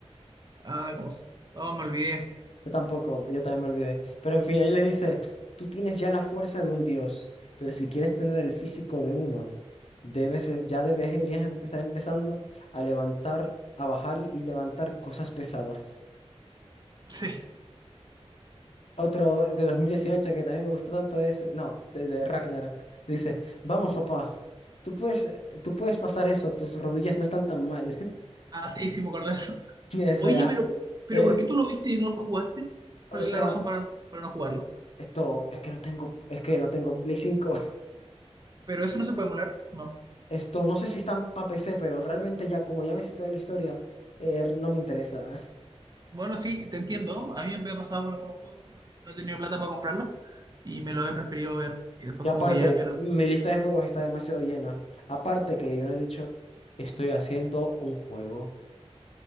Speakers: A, on the right; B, on the left.
A: ah, ¿cómo? se- Oh, me olvidé.
B: Yo tampoco, yo también me olvidé. Pero en fin, él le dice, tú tienes ya la fuerza de un dios, pero si quieres tener el físico de uno, debes, eh, ya deberías em- estar empezando a levantar, a bajar y y levantar cosas pesadas.
A: <laughs> Sí.
B: Otro de 2018 que también me gustó tanto es, no, de, de Ragnarok. Dice, vamos papá, tú puedes, tú puedes pasar eso, tus rodillas no están tan mal. <laughs>
A: Ah, sí, sí, me acuerdo de eso.
B: O sea,
A: Oye, pero, pero
B: eh,
A: ¿por qué tú lo viste y no lo jugaste? ¿Cuál
B: o sea,
A: es la razón para, para no jugarlo?
B: esto es que no tengo, es que no tengo Play cinco
A: ¿Pero eso no se puede emular? No.
B: Esto no sé si está para PC, pero realmente ya, como ya me sé toda la historia, eh, no me interesa.
A: Bueno, sí, te entiendo. A mí me ha pasado con algunos juegos que no, te- no he tenido plata para comprarlos y me lo he preferido ver. Y después
B: Y aparte,
A: como que ya pierdo.
B: mi lista de juegos está demasiado llena. Aparte que yo no he dicho, estoy haciendo un juego.